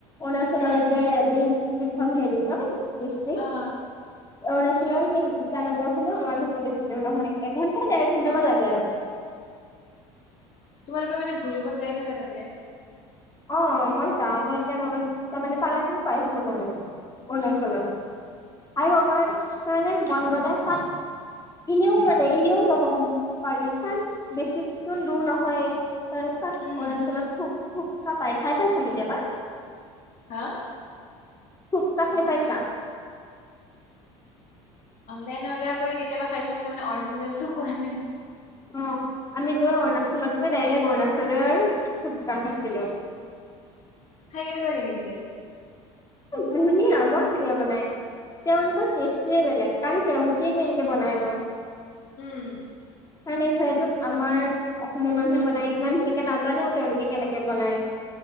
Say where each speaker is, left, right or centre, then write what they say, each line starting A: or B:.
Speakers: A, on the left; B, on the left.
A: অচলৰ
B: উম উম।
A: যেখন হেৰি ন বেছি অ
B: অ
A: ন আছিলল টানগৰ খো আমাৰ ঘত দিছিলেও নহয় এঘন্টা ডেৰ ঘন্টামান লাগে আৰু <unintelligible>
B: তোমালোকৰ মানে ঘুৰিব যাই থকা তাতে
A: অ মই যাও মই এতিয়া, <unintelligible> পাইছিলো মই অৰুণাচললৈ আৰু আমাৰ কানে মন গলে তাত এনেও মানে এনেও যাব পাৰি কাৰন বেছি দূৰ নহয় এ অৰুণাচলত
B: উম।
A: থপ থুপকা পায় খাই পাইছা কেতিয়াবা
B: হয়
A: ফুতকা খাই পইচা?
B: অনলাইন অৰ্ডাৰ কৰি কেতিয়াব খাইছো কিন্ত অৰিজিনাল টো খোৱা নাই।
A: অ আমি গৈ অৰুণাচলতকৈ ডাইৰেক্ট অৰুণাচল থুপকা খাইছিলো। <unintelligible>
B: খাই কেনেকুৱা লাগিছে,
A: ধুনীয়া বৰ ধুনীয়া বনাই তেওঁলোকৰ টেষ্টটোৱে বেলেগ, কাৰণ তেওঁলোকেই মেইনকে বনায় ন।
B: উম
A: কাৰণ এইফালেটো আমাৰ অসমৰ মানুহে বনায় ইমান ভালকে নাজানেও তেওঁলোকে কেনেকে বনায়। উ <unintelligible>